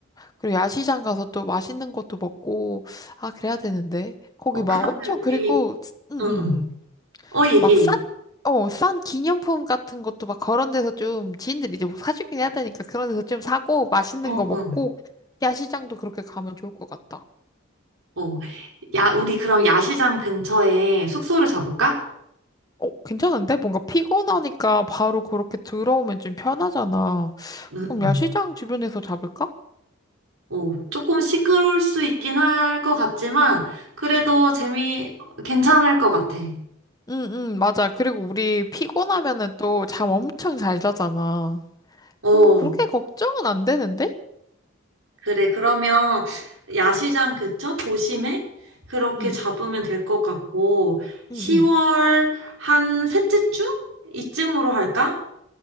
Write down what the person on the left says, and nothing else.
그리고 야시장 가서 또 맛있는 것도 먹고, 아, 그래야 되는데. 거기
막
엄청,
그리고, 응, 응,
응.
막 싼, 어, 싼 기념품 같은 것도 막 그런 데서 좀, 지인들이 이제 뭐 사주긴 해야 되니까 그런 데서 좀 사고, 맛있는
거 먹고,
야시장도 그렇게 가면 좋을 것 같다.
어, 괜찮은데? 뭔가 피곤하니까 바로 그렇게 들어오면 좀 편하잖아.
그럼
야시장 주변에서 잡을까?
응, 응, 맞아. 그리고 우리 피곤하면은 또 잠 엄청 잘 자잖아.
어, 뭐 그렇게 걱정은 안 되는데?
응,
응, 응.